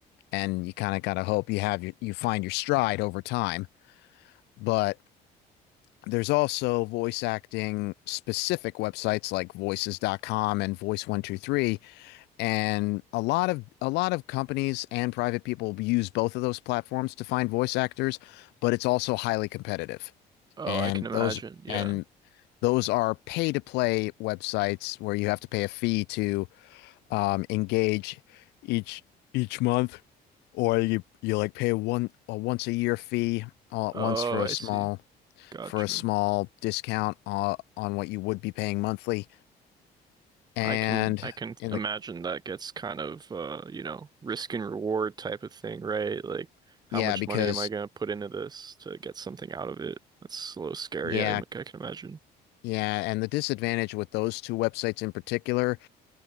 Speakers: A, on the left; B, on the right.
A: And you kind of got to hope you have your, you find your stride over time. But There's also voice acting specific websites like voices.com and voice123 and a lot of a lot of companies and private people use both of those platforms to find voice actors, but it's also highly competitive.
B: Oh,
A: And
B: I can imagine.
A: those
B: Yeah.
A: and those are pay to play websites where you have to pay a fee to um, engage each each month or you you like pay one a once a year fee all at
B: Oh,
A: once for
B: I
A: a small
B: see. Gotcha.
A: for a small discount uh, on what you would be paying monthly. And
B: I can I can
A: in
B: imagine
A: the
B: that gets kind of uh, you know, risk and reward type of thing, right? Like how
A: yeah,
B: much
A: because
B: money am I gonna put into this to get something out of it? That's a little scary,
A: yeah,
B: I, I can imagine.
A: yeah, and the disadvantage with those two websites in particular